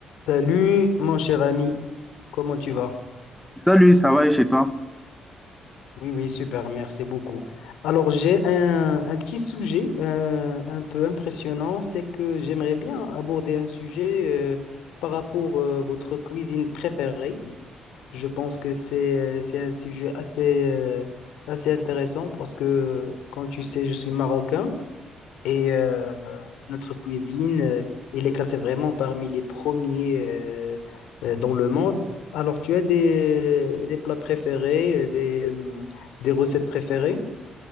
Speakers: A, on the left; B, in the centre.
A: Salut mon cher ami, comment tu vas?
B: Salut, ça va et chez toi?
A: Oui, oui, super, merci beaucoup. Alors j'ai un, un petit sujet euh, un peu impressionnant, c'est que j'aimerais bien aborder un sujet euh, par rapport à votre cuisine préférée. Je pense que c'est euh, c'est un sujet assez, euh, assez intéressant parce que, comme tu sais, je suis marocain. Et euh, notre cuisine, euh, elle est classée vraiment parmi les premiers euh, euh, dans le monde. Alors, tu as des, des plats préférés, euh, des, hum, des recettes préférées?